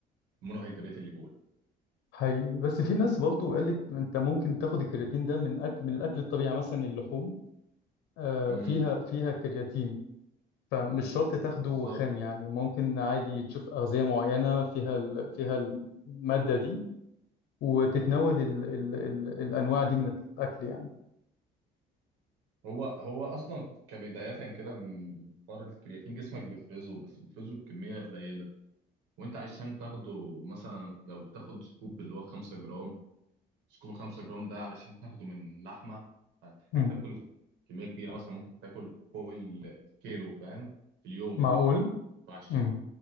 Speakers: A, on the right; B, on the left.
A: مونوهيدرات اللي جوه
B: حقيقي بس في ناس برضو قالت انت ممكن تاخد الكرياتين ده من اكل من الاكل الطبيعي يعني مثلا اللحوم آه،
A: امم
B: فيها فيها كرياتين فمش شرط تاخده
A: بالظبط
B: خام يعني ممكن عادي تشوف أغذية معينة فيها ال... فيها المادة دي وتتناول ال... ال... ال... الأنواع دي من الأكل يعني
A: هو هو اصلا كبدايه كده من حوار الكرياتين جسمك بيفرزه بس بيفرزه بكميه قليله وانت عشان تاخده مثلا لو بتاخد سكوب اللي هو 5 جرام سكوب 5 جرام ده علشان تاخده من لحمه هتحتاج
B: مم.
A: تاكل كميه كبيره مثلا ممكن تاكل فوق الكيلو فاهم في اليوم
B: معقول؟
A: فعشان
B: مم.